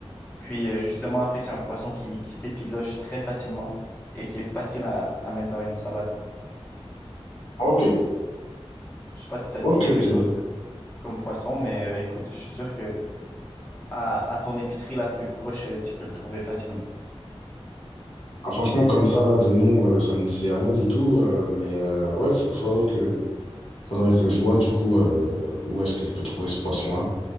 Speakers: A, on the left (about 15°); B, on the left (about 70°).
A: Puis euh, justement, après, c'est un poisson qui, qui s'effiloche très facilement et qui est facile à, à mettre dans une salade.
B: ok
A: Je sais pas si ça te dit
B: ok
A: quelque
B: ok
A: chose comme poisson, mais euh, écoute, je suis sûr que à, à ton épicerie la plus proche, euh, tu peux le trouver facilement.
B: Ah, franchement comme ça là de nom euh, ça me disait rien du tout euh, mais euh, ouais faut- faudrait que faudrait que je vois du coup euh, où est-ce que je peux trouver ce poisson là